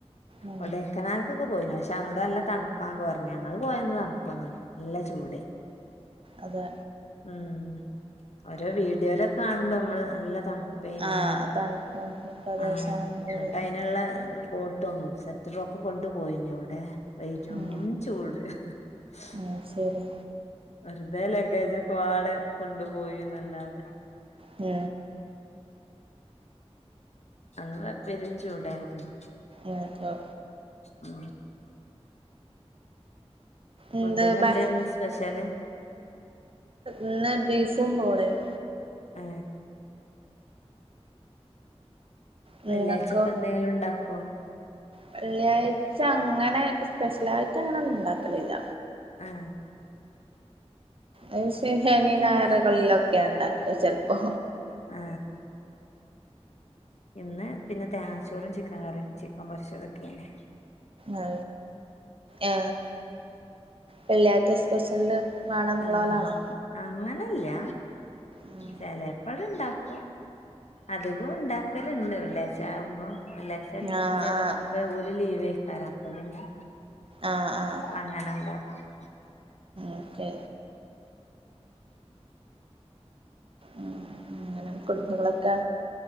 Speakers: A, on the right; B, on the left.
A: ഉം
B: കെടെകനാൽകെക് പോയിന പക്ഷെ അവ്ടല്ല തണുപ്പാക്കെ പറഞ്ഞ് ഞങ്ങള് പോയന്ന് തണുപ്പൊന്നുല്ല നല്ല ചൂടേനി
A: അതെ
B: ഉം ഓരോ
A: ഉം
B: വീഡിയോലൊക്കെ കാണുമ്പോ നമ്മള് നല്ല താണ് പിന്നെ
A: ആഹ് തണുപ്പ് പ്രദേശാണെങ്കില്
B: ആ എന്നിട്ട് അതിനുള്ള കേട്ടും സെറ്റെറും ഒക്കെ കൊണ്ട് പേയിന് എവിടെ പെരും
A: ഉം
B: ചൂട് ഹ്....
A: ആഹ് ശരി
B: വെറുതെ ലഗേജൊക്കെ പാടെ കൊണ്ടു പേയി എന്നല്ലാതെ
A: എ
B: അന്ന് പെരുംചൂടാര്ന്നു
A: എനിക്കോ
B: ആ ഫുഡ്ന്
A: എന്ത്
B: എന്തെന്നു
A: ഭക്ഷ
B: സ്പെഷ്യല്
A: ഇന്ന് ബീഫും പൂളിം
B: ഏ
A: നിങ്ങക്കോ
B: വെള്ളിയാഴ്ചക്കെ എന്തെങ്കിലും ഇണ്ടാക്കോ
A: വെള്ളിയാഴ്ച അങ്ങനെ സ്പെഷ്യലായിട്ട് അങ്ങനൊന്നും ഇണ്ടാക്കലില്ല
B: ഏ
A: അത് ശെനി ഞായറ്കളിലൊക്കെ
B: ഇന്ന്
A: ഇണ്ടാക്ക ചെൽപ്പോ
B: ഏ ഇന്ന് പിന്നെ തേങ്ങാച്ചോറും, ചിക്കൻ കറിയും, ചിക്കൻ പൊര്ച്ചതൊക്കേനി
A: ആ ഏ വെള്യാഴ്ച്ച സ്പെഷ്യല് വേണന്നുള്ള
B: ആ
A: പോലാണോ
B: അങ്ങനല്യ
A: ഉം
B: ചെലെപ്പള് ഇണ്ടാക്കും അധികം ഇണ്ടാക്കല്ണ്ട് വെള്യാഴ്ചാവുമ്പോ അല്ല ചെൽ
A: ആഹ്
B: ചെല
A: ആഹ്
B: അപ്പൊ ഓല് ലീവേക്കാരം അപ്പ പിന്നെ
A: ആഹ് ആഹ്
B: അപ്പ അങ്ങനെണ്ടാക്കും
A: ഓക്കെ ഉ അങ്ങനെ കുട്ടികളൊക്കെ